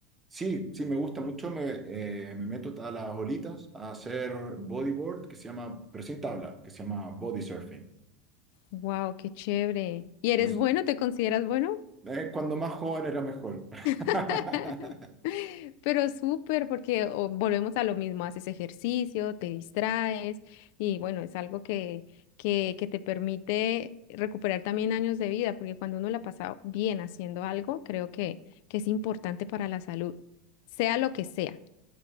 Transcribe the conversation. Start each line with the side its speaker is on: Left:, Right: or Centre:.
Right: Sí, sí, me gusta mucho. Me, eh, me meto a las olitas a hacer bodyboard, que se llama, pero sin tabla, que se llama body surfing.
Left: Wow, qué chévere. ¿Y eres
Right: No s-
Left: bueno? ¿Te consideras bueno?
Right: eh, cuando más joven era mejor.
Left: <laughs>
Right: <laughs>
Left: Pero súper, porque o, volvemos a lo mismo, haces ejercicio, te distraes y bueno, es algo que, que, que te permite recuperar también años de vida, porque cuando uno la pasa bien haciendo algo, creo que, que es importante para la salud, sea lo que sea.